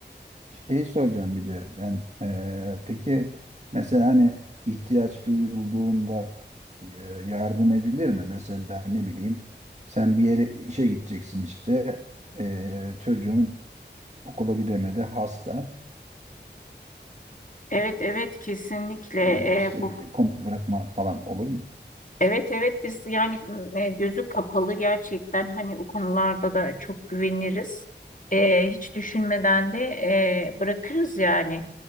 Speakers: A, on the right; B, on the left.
A: şey soracağım bir de ben eee, peki mesela hani ihtiyaç duyulduğunda eee, yardım edilir mi? Mesela ne bileyim sen bir yere işe gideceksin işte eee, çocuğun okula gidemedi hasta
B: Evet evet kesinlikle
A: eee, işte
B: Ee, bu
A: komut bırakma falan olur mu?
B: Evet evet biz yani e, gözü kapalı gerçekten hani o konularda da çok güveniriz. E, hiç düşünmeden de e, bırakırız yani.